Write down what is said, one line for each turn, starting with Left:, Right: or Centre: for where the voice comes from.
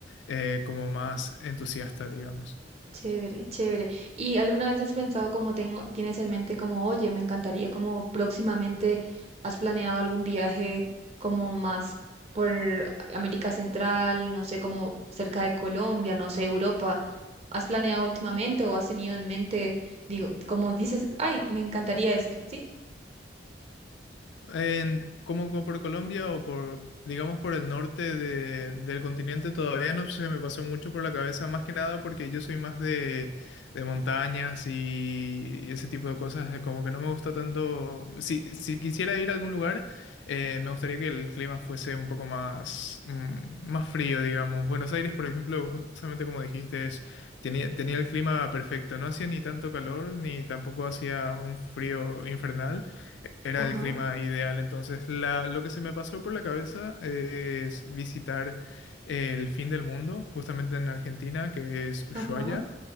Left: eh, como más entusiasta, digamos.
Right: Chévere, chévere. ¿Y alguna vez has pensado como tengo, tienes en mente como, oye, me encantaría como próximamente has planeado algún viaje como más por América Central, no sé, como cerca de Colombia, no sé, Europa? ¿Has planeado últimamente o has tenido en mente, digo, como dices, ay, me encantaría esto, ¿sí?
Left: En, como, como por Colombia o por, digamos, por el norte de- del continente todavía no se me pasó mucho por la cabeza, más que nada porque yo soy más de, de montañas y, y ese tipo de cosas, eh, como que no me gusta tanto. Si, si quisiera ir a algún lugar, eh, me gustaría que el clima fuese un poco más, mm, más frío, digamos. Buenos Aires, por ejemplo, justamente como dijiste, es, tenía, tenía el clima perfecto, no hacía ni tanto calor ni tampoco hacía un frío infernal. Era
Right: Ajá,
Left: el clima ideal, entonces la, lo que se me pasó por la cabeza es visitar el fin del mundo, justamente en Argentina, que es Ushuaia.
Right: ajá,